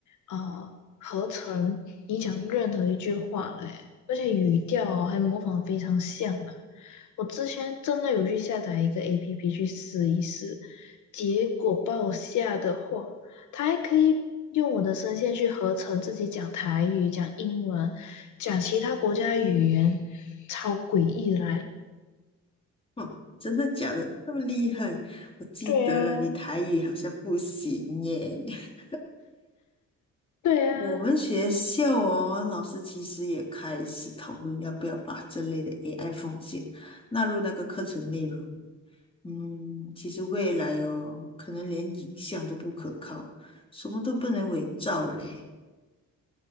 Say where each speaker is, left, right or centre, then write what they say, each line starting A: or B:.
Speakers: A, on the left; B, on the left.
A: 呃合成你讲任何一句话嘞，而且语调哦还模仿得非常像啦。我之前真的有去下载一个 APP 去试一试，结果把我吓得话，它还可以用我的声线去合成自己讲台语、讲英文、讲其他国家的语言，超诡异的啦！
B: 哇，真的假的？那么厉害？我记得你台语好像不行耶。
A: 对呀，
B: <laughs>
A: 对呀。
B: 我们学校哦，老师其实也开始讨论要不要把这类的 AI 风险纳入那个课程内容。嗯，其实未来哦，可能连影像都不可靠，什么都不能伪造嘞。